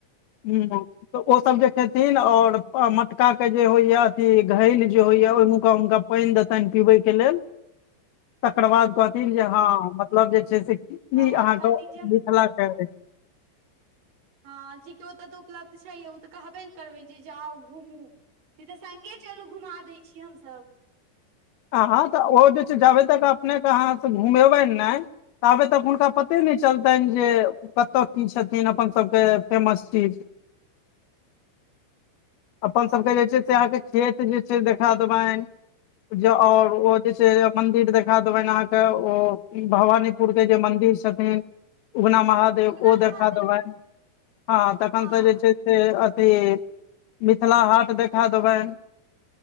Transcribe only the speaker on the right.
तहन
कहथिन जे हम
हँ जेकि ओतय तऽ उपलब्ध छैय ओ तऽ कहबे ने करबै जे जाउ घूमू। नइ तऽ सङ्गे चलू घुमा दै छी हमसभ।
उगना
महादेव
हँ